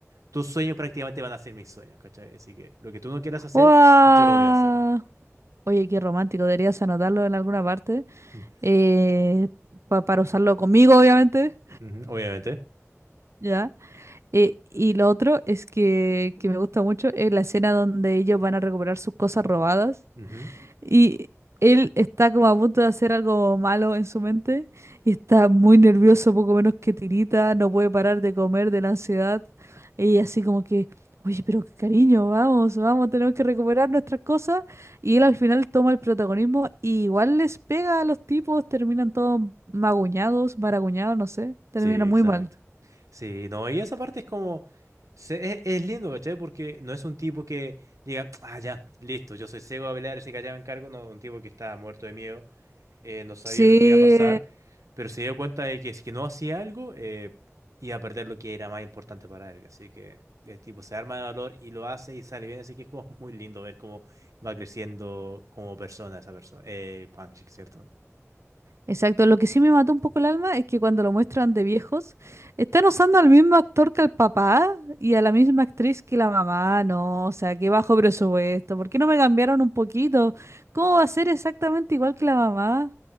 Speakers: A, on the right; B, on the right.
A: Tus sueños prácticamente van a ser mis sueños, ¿cachai? Así que lo que tú no quieras hacer,
B: ¡Guau!
A: yo lo voy a hacer.
B: Oye, qué romántico, deberías anotarlo en alguna parte
A: <laughs>
B: eh, pa- para usarlo conmigo, obviamente.
A: Ujú, obviamente.
B: ¿Ya? Eh, y lo otro es que, que me gusta mucho es la escena donde ellos van a recuperar sus cosas robadas
A: Ujú.
B: Y él está como a punto de hacer algo malo en su mente y está muy nervioso, poco menos que tirita, no puede parar de comer de la ansiedad. Y así como que, oye, pero cariño, vamos, vamos, tenemos que recuperar nuestras cosas. Y él al final toma el protagonismo y igual les pega a los tipos, terminan todos maguñados, maraguñados, no sé, termina
A: Sí, exacto.
B: muy mal.
A: Sí, no, y esa parte es como, se- es, es lindo, ¿cachai? Porque no es un tipo que diga, ah, ya, listo, yo soy ciego a pelear, así que allá me encargo, no, un tipo que está muerto de miedo eh, no sabía
B: Sí,
A: lo que iba a pasar, pero se dio cuenta de que si que no hacía algo, eh, iba a perder lo que era más importante para él. Así que el tipo se arma de valor y lo hace y sale bien, así que es como <laughs> muy lindo ver cómo va creciendo como persona esa persona, eh, Quang Shi, ¿cierto?
B: Exacto, lo que sí me mató un poco el alma es que cuando lo muestran de viejos, están usando al mismo actor que el papá y a la misma actriz que la mamá, no, o sea, qué bajo presupuesto, ¿por qué no me cambiaron un poquito? ¿Cómo va a ser exactamente igual que la mamá?